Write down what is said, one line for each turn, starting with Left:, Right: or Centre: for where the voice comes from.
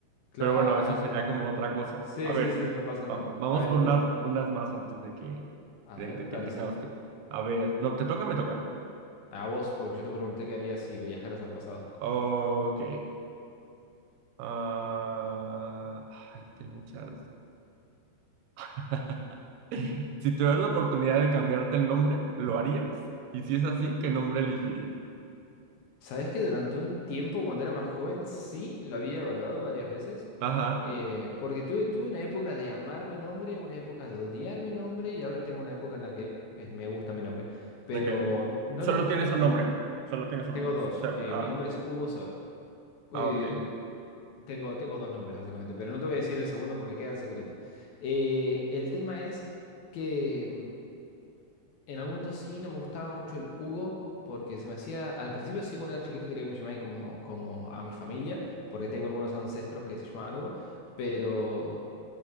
Left: claro.
Right: Pero bueno, eso sería como otra cosa.
Left: Sí,
Right: A ver,
Left: sí, sí, no pasa nada.
Right: vam- vamos
Left: A ver,
Right: por
Left: bueno,
Right: unas, unas más antes de que,
Left: a
Right: de,
Left: ver,
Right: de que
Left: dale,
Right: tengamos
Left: sí.
Right: que... A ver, no, te toca, o me toca.
Left: A vos, porque yo te pregunté qué harías si viajaras al pasado.
Right: Ok. Ah, ay, es que hay muchas. <laughs> Si tuvieras la oportunidad de cambiarte el nombre, ¿lo harías? Y si es así, ¿qué nombre elegirías?
Left: Sabes que durante un tiempo, cuando era más joven, sí lo había evaluado varias veces.
Right: Ajá,
Left: eh, porque tuve, tuve una época de amar mi nombre, una época de odiar mi nombre, y ahora tengo una época en la que eh, me gusta mi nombre. Pero
Right: ok.
Left: no
Right: Solo
Left: lo,
Right: tienes
Left: no lo cambié.
Right: un nombre. Solo tienes un
Left: Tengo
Right: nombre.
Left: dos.
Right: O sea,
Left: eh,
Right: ah,
Left: mi nombre es Hugo Soa. eh,
Right: ah, ok.
Left: tengo, tengo dos nombres, básicamente. Pero no te voy a decir el segundo porque queda en secreto. Eh, el tema es que. En algún momento sí, no me gustaba mucho el Hugo, porque se me hacía, al principio sí, cuando era chiquito quería que me llamaran como, como a mi familia, porque tengo algunos ancestros que se llamaban Hugo, pero